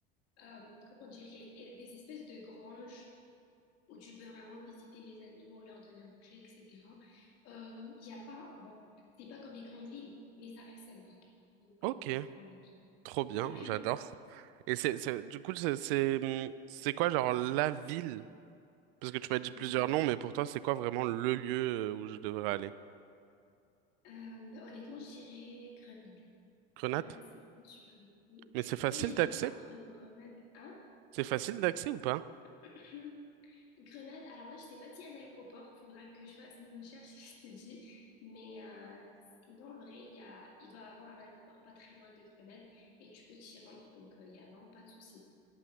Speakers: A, on the left (about 55°); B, on the right (about 65°).
A: euh, comment dire, il y a des espèces de granges où tu peux vraiment visiter les animaux, leur donner à manger, etc. Euh, Il y a pas, bon, c'est pas comme les grandes villes, mais ça reste sympa. Donc
B: Ok,
A: euh, voilà.
B: trop bien,
A: <clears throat>
B: j'adore. Et c'est, c'est, du coup, c'est, c'est, hum, c'est quoi, genre, la ville? Parce que tu m'as dit
A: Ouais.
B: plusieurs noms, mais pour toi, c'est quoi vraiment le lieu euh, où je devrais aller?
A: Euh, bah, honnêtement, je dirais Grenade.
B: Grenade?
A: Grenade, c'est vraiment super bon. Oui.
B: Mais c'est facile
A: Après, j'hésite
B: d'accès?
A: entre Grenade, hein?
B: C'est facile d'accès ou pas?
A: <clears throat> Grenade, alors là, je sais pas s'il y a un aéroport, faudra que je fasse mes recherches, <laughs> je te dis. Mais euh, sinon, en vrai, il y a, il doit y avoir un aéroport pas très loin de Grenade et tu peux t'y rendre, donc euh, il y a vraiment pas de souci.